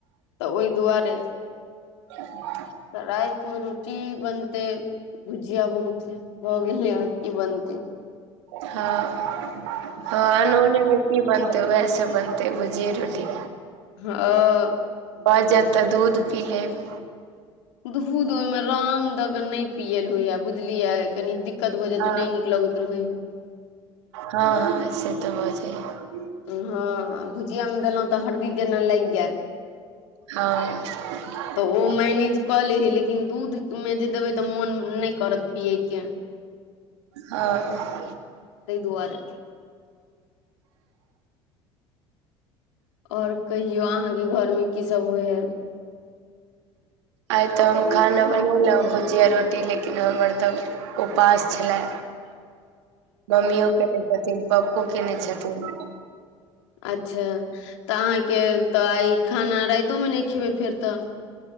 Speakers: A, on the left (about 70°); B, on the right (about 70°).
A: तऽ ओहि दुआरे
B: <inaudible>
A: तऽ राति मे रोटी बनते भुजिया बुनतै भऽ गेलै आओर की बनतेै
B: हँ हँ अनोने मे की बनतै वएहस बनतै भुजिये रोटी
A: हँ
B: भऽ जायत तऽ दूध पी लेब
A: दूध ओहिमे रंग दऽ के नहि पियल होइया बुझलियै कनी दिक दिक्कत भऽ जातै
B: हँ
A: नहि नीक लगैत रहै है
B: हँ हँ से तऽ भ जाइहै
A: हँ भुजिया मे देलहुँ तऽ हरदी जेना लागि गेल
B: हँ
A: तऽ ओ मैनेज कऽ ले हइ लेकिन दूध मे जे देबै तऽ मोन नहि करत पियैके
B: हँ
A: तहि दुआरे आओर कहियौ अहाँके घरमे की सब होइ है
B: आइ तऽ हम खाना बनेलौं जिया रोटी लेकिन हमर तऽ उपास छलै मम्मिओ केने छथिन पप्पो केने छथिन
A: अच्छा तऽ अहाँके तऽ आइ खाना राइतो मे नहि खेबै फेर तऽ <inaudible>